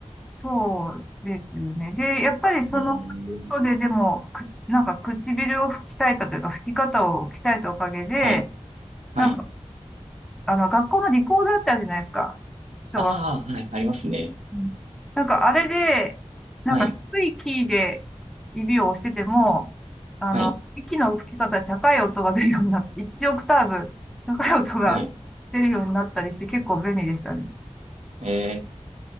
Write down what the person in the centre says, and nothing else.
そうですね。で、やっぱりその、
ヒントででも、く、なんか唇を吹き鍛えたというか、吹き方を鍛えたおかげで、
なんか、あの、学校のリコーダーってあるじゃないですか。小学校。
うんなんか、あれで、なんか低いキーで指を押してても、
あの、
息の吹き方で高い音が出るようになって、1オクターブ高い音が出るようになったりして、
結構便利でしたね。